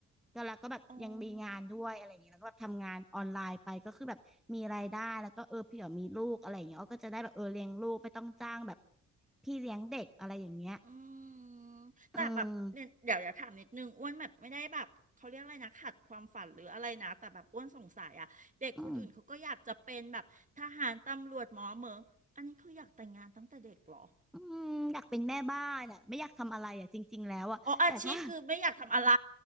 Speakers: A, in the centre; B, on the right.
A: ก็แล้วก็แบบยังมีงานด้วยอะไรอย่างเงี้ยแล้วก็แบบทำงานออนไลน์ไปก็คือแบบมีรายได้แล้วก็เออเผื่อมีลูกอะไรอย่างเงี้ยอ้อก็จะได้แบบเออเลี้ยงลูกไม่ต้องจ้างแบบ
B: อ๋อ
A: พี่เลี้ยงเด็กอะไรอย่างเงี้ย
B: อืมแต่แบบเนี่ยเดี๋ยวอย่าถามนิดนึงอ้วนแบบไม่ได้แบบเขาเรียกอะไรนะขัดความฝันหรืออะไรนะแต่แบบอ้วนสงสัยอะเด็กคนอื่นเขาก็อยากจะเป็นแบบทหารตำรวจหมอเหมออันนี้คืออยากแต่งงานตั้งแต่เด็กเหรอ
A: อืมอืมอืมอยากเป็นแม่บ้านอ่ะไม่อยากทำอะไรอ่ะจริงๆแล้วอ่ะแต่ถ้า
B: อ๋ออาชีพคือไม่อยากทำอะไร